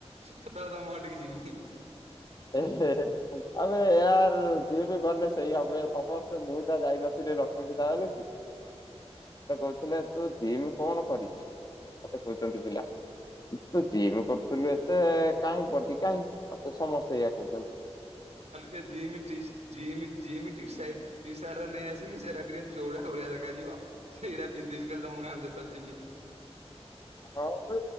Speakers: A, on the right (about 80°); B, on the left (about 35°).
A: ସେତେବେଳେ ତମଘଟିକି ଯିମି ହୁଁ।
B: ଏହେ ହେ। ଆରେ ଏୟାର ଯିଏବି ଗନେ ସେଇ ଆମେ ସମସ୍ତେ ମୁଯାଯାଇନଥିଲି ଲକ୍ଷ୍ମୀପୂଜା ବେଳକୁ
A: <inaudible>
B: ସେକଉଥିଲେ ତୁଜିମ୍ କଣ କରିଛୁ? ମତେ କହୁଚନ୍ତି ପିଲା ତୁଜିମ୍ କରୁଥିଲୁ ଏତେ କାଇଁ ବଡି କାଇଁ ମତେ ସମସ୍ତେ ଏଇଆ କଉଚନ୍ତି।
A: ଖାଲିସେଇ ଜିମ୍-ଟିସ୍-ଜିମ୍ ଯିମ୍ ଟିସାଇଟି ଟିସାଟ୍ ନେଇଆସିମି ସେରା ଟିକେ ଚୋଉଡ଼ାଭଳିଆ ଦେଖାଯିବ। ସେଇରା ପିନ୍ଧିମି ଖାଲି ତମ ଗାଁକୁ ଜେତେବେଳେ ଯିମି।
B: ହଁ ବେ